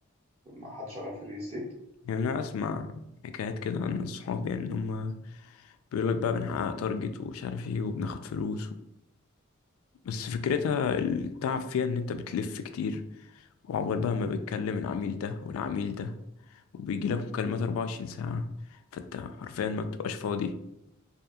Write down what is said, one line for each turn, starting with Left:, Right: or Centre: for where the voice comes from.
Right: مع حد شغال في الريل استيت؟
Left: يعني أنا أسمع حكايات كده عن الصحاب يعني إن هما بيقولك بقى بنحقق تارجت ومش عارف إيه وبناخد فلوس و... بس فكرتها التعب فيها إن أنت بتلف كتير وعقبال بقى ما بتكلم العميل ده والعميل ده وبيجيلك مكالمات 24 ساعة فأنت حرفيا ما بتبقاش فاضي